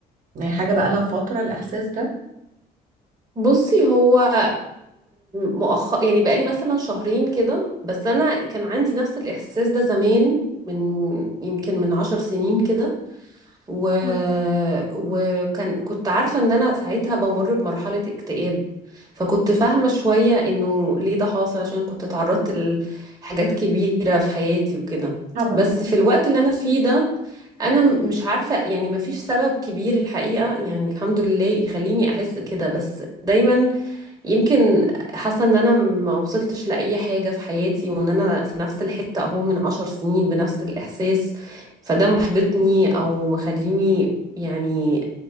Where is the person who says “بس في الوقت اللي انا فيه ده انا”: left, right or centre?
Right